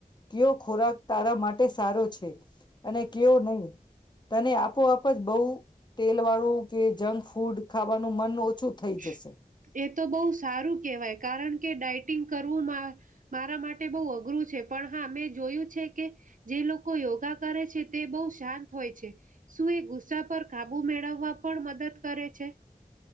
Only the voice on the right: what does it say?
<unintelligible>
એ તો બહુ સારું કેવાય કારણ કે ડાઇટ ટીંગ કરવું મારા માટે બહ અઘરું છે. પણ હા મેં જોયું છે કે જે લોકો યોગા કરે છે તે બહુ શાંત હોય છે. શું એ ગુસ્સા પર કાબુ મેળવવા પણ મદદ કરે છે?